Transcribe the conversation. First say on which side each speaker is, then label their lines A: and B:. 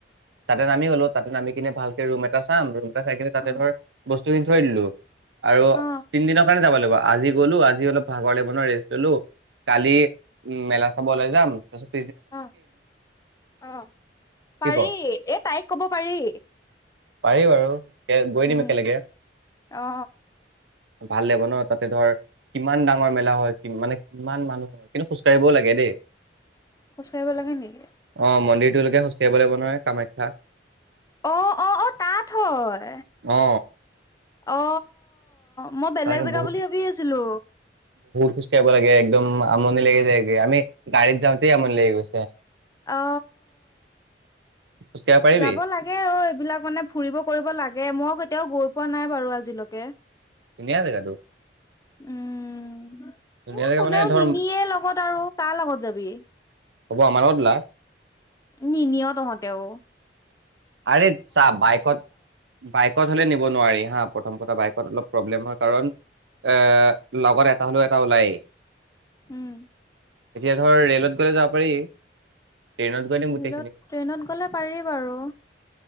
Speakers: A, on the right (about 90°); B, on the left (about 20°).
A: তাতে নামি গলো তাতে নামি কিনে ভাল ৰুম এটা চাম ৰুম খাই কিনে তাতে
B: অ
A: ধৰ বস্তুখিনি। থৈ দিলোঁ। আৰু
B: অ
A: তিন দিনৰ কাৰণে যাব লাগে। আজি গলো আজি অলপ ভাগৰ লাগিব ন ৰেষ্ট ললো কালি। মেলা চাব ওলাই যাম। তাৰ পাছত
B: আহ আহ
A: কি
B: পাৰি
A: ক
B: এ তাইক কব পাৰি।
A: পাৰি বাৰু এ গৈ
B: উম
A: দিম একেলগে
B: অ
A: ভাল লাগিব ন। তাতে ধৰ কিমান ডাঙৰ মেলা হয় কি মানে কিমান মানুহ হয় কিন্তু খোজ কাঢ়িবও লাগিব
B: খোজকাঢ়িব লাগে নেকি
A: অ মন্দিৰ লোকে খোজকাঢ়িব লাগিব নহয় কামাখ্যা
B: অ অ অ তাত হয়।
A: অ
B: অ মই বেলেগ
A: তালৈকে
B: জেগা বুলি ভাবি আছিলো।
A: খোজ কঢ়িব লাগে একদম আমনি লাগি যায়গৈ আমি গাড়ীত যাওঁতে আমনি লাগি গৈছে।
B: অ
A: খোজকাঢ়িব পাৰিবি
B: যাব লাগে অ এইবিলাক মানে ফুৰিব কৰিব লাগে মই তেওঁ গৈ পোৱা নাই বাৰু আজিলৈকে।
A: ধুনিয়া জেগাটো
B: উম
A: ধুনীয়া
B: মোক
A: জেগা
B: কোনেও
A: মানে ধৰ
B: নিনিয়ে লগত আৰু কাৰ লগত যাবি।
A: হ'ব আমাৰ লগত উলা।
B: নি নিয়তহঁতেও।
A: আৰে চা বাইকত বাইকত হ'লে নিব নোৱাৰি হা। প্ৰথম কথা বাইকত অলপ প্ৰব্লেম হয় কাৰণ এ লগৰ এটা। এটা হলেও এটা ওলাই।
B: উম।
A: ধৰ ৰেলত গ'লে যাব পাৰি। ট্ৰেইনত গৈ দিম গোটেইখিনি
B: বিত ট্ৰেইনত গ'লে পাৰি বাৰু।